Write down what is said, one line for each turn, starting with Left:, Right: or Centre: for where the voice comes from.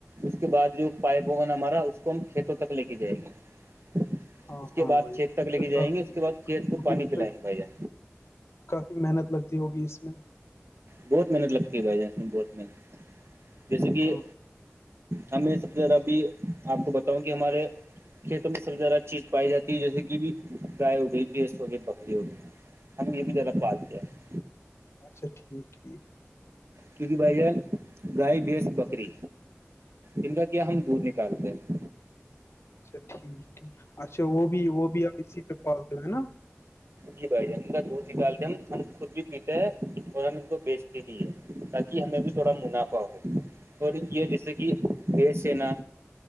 Right: اس کے بعد جو پائپ ہوگا نا ہمارا اس کو ہم کھیتوں تک لے کے جائے گے
Left: ہاں
Right: اس کے
Left: ہاں
Right: بعد
Left: بھائی
Right: کھیت تک لے
Left: تو
Right: کے جائیں
Left: کافی
Right: گے اس کے بعد کھیت کو
Left: ہوگی
Right: پانی
Left: اس
Right: پلائیں
Left: پہ
Right: گے بھائییا
Left: کافی محنت لگتی ہوگی اس میں
Right: بہت محنت لگتی ہے بھائی جان اس میں بہت محنت جیسے کہ
Left: ہاں
Right: ہم میں سب سے زیادہ ابھی آپ کو بتاؤں کہ ہمارے کھیتوں میں سب زیادہ چیز پائی جاتی ہے جیسے کہ بھی گائے ہو گئی بھینس ہو گئی بکری ہو گئی ہم یہ بھی ذرا پات گیا
Left: اچھا ٹھیک ٹھیک
Right: کیک بائے جان پرائی بس بکری ان کا کیا ہم دودھ نکالتے ہیں
Left: اچھا ٹھیک ٹھیک اچھا وہ بھی وہ بھی آپ اسی پہ پالتے ہیں نا
Right: جی بھائی جان ان کا دودھ نکالتے ہم ہم خود بھی پیتے ہیں اور ہم ان کو بیچتے بھی ہیں تاکہ کہ ہمیں بھی تھوڑا منافع ہو تھڑی یہ جیسے کہ دیش سینا